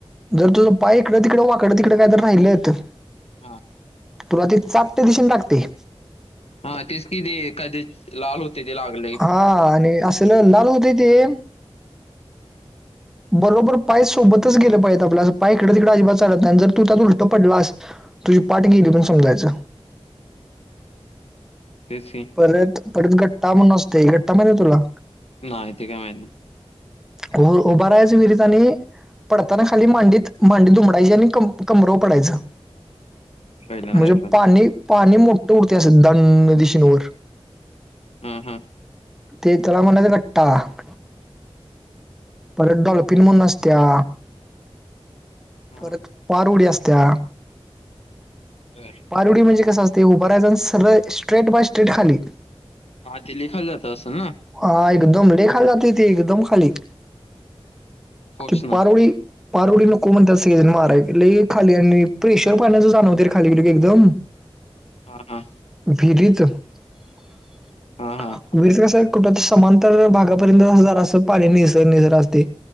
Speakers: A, in the centre; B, on the left (about 75°).
A: जर तुझं पाय इकडं तिकडे वा इकडं तिकड काय तर राहिलं तर
B: हां.
A: तुला ती चाप दिशेने लागते.
B: हा, तेच कि ते एकद्यच लाल हो तेथे लागलं.
A: हा, आणि असं त्याला लाल होतेय ते बरोबर पास सोबतच गेलं पाहिजे आपल्या पाय इकडं तिकड अजिबात चालत नाय आणि जर तू त्यात उलटं पडलास तुझी पाठ गेली म्हणून समजायच.
B: तेच की
A: परत परत गट्टा म्हणून असते गट्टा माहिती का तुला.
B: नाय ते काय माहीत नाय.
A: उ उभारायच विहिरीत आणि पडताना खाली मांडीत मांडी दुमडायची आणि कंबरवर पडायचं.
B: पहिल्यांदा
A: म्हणजे
B: ऐकायलो.
A: पाणी पाणी मोठ उडते असं दणं दिशेने वर.
B: हम, हम,
A: ते त्याला म्हणायचं रटा <inaudible> परत डॉल्फिन म्हणून असतया.
B: हां.
A: परत पार उडी असतया.
B: बर
A: पारु उडी म्हणजे कसं असते उभ राहायचं अन् सरळ स्ट्रेट बाय स्ट्रेट खाली.
B: हा ते लिखाल जात असल ना
A: हा एकदम ले खाली जात ती एकदम खाली.
B: फोर्सनं?
A: ती पारोळी पार उडी नको म्हणतात सगळे जण माराय ती ले खाली आणि प्रेशर पाण्याचे जाणवत रे खाली गेल की एकदम.
B: हा, हा
A: विहिरीच विहिरीच
B: हां, हां.
A: कस कुठ समांतर भागापर्यंत असणार असं पाणी निसर निसर असते.